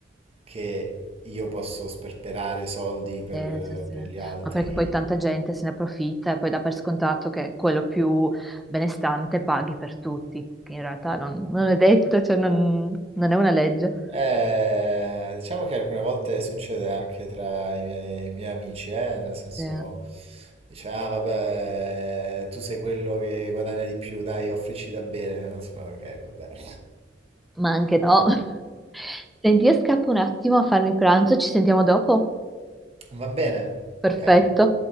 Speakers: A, on the right; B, in the centre.
A: che io posso sperperare soldi per,
B: Sì, sì, sì.
A: per gli altri.
B: Ma perché poi tanta gente se ne approfitta e poi dà per scontato che quello più benestante paghi per tutti, che in realtà non, non è detto, cioè non, non è una legge.
A: Eh, diciamo che alcune volte succede anche tra i miei, i miei amici, eh, nel senso,
B: Sì.
A: dice, ah vabbè, tu sei quello che guadagna di più, dai, offrici da bere. Ok, va bene.
B: Ma anche no. <laughs> Senti, io scappo un attimo a farmi pranzo, ci sentiamo dopo?
A: Va bene,
B: Perfetto.
A: ok.